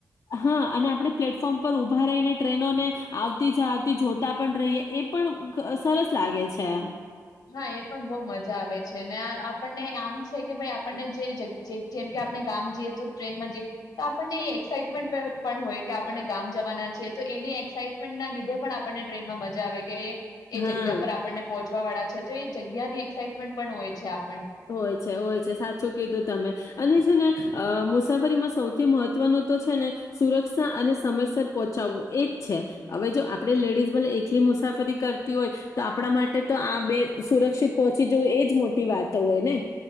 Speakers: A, on the left; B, on the left.
A: હા અને આપડણે પ્લેટફોર્મ પર ઉભા રહીને ટ્રેનો ને આવ આવતી જ આવતી જોતા પણ રહીએ એ પણ સરસ લાગે છે
B: હા એ પણ બહુ મજા આવે છે આપણને આમ કે ભાઈ આપણને
A: એમ.
B: જે જેમ આપણે ગામ જઈએ તો ટ્રેનમાં જઈએ તો આપણને એક્સાઇટમેન્ટ પણ હોય કે આપણને ગામ જવાના છીએ તો એની એક્સાાઈટમેન્ટ ના લીધે પણ આપણને ટ્રેનમાં મજા આવે કે એ એ
A: હા
B: જગ્યા પર આપણને પહોંચ વાડા તો એ જગ્યા ની એક્સાઇટમેન્ટ પણ હોય છે આપ
A: હોય છે હોય છે સાચું કીધું તમે અને છે ને અ મુસાફરીમાં સૌથી મહત્વનું તો છે ને સુરક્ષા અને સમયસર પહોંચાવું એજ છે હવે જો આપે લેડીઝ ભલે એકલી મુસાફરી કરતી હોય તો આપણા માટે તો આ બે સુરક્ષિત પહોંચી જવું એજ મોટી વાત તો હોય ને